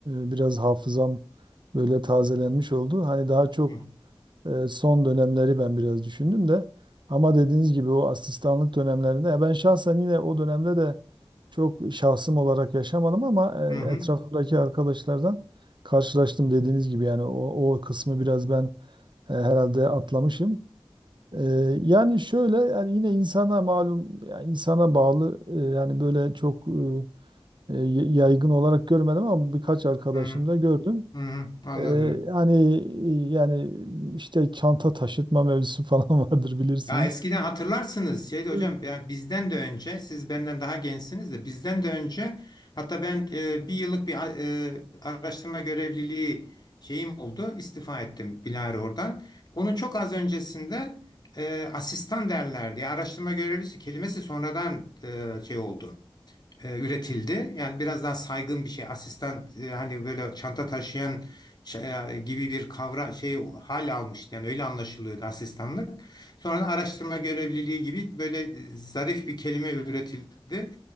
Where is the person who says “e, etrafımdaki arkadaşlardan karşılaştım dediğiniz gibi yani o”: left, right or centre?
Right